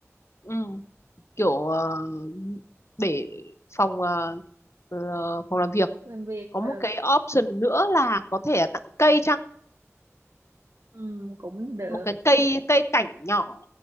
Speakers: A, on the left; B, on the right.
A: ừ. kiểu ờ, để phòng ờ, ờ, phòng làm việc
B: làm việc
A: có
B: ừ,
A: một cái option nữa là có thể là tặng cây chăng
B: ừ cũng được
A: một cái cây cây cảnh nhỏ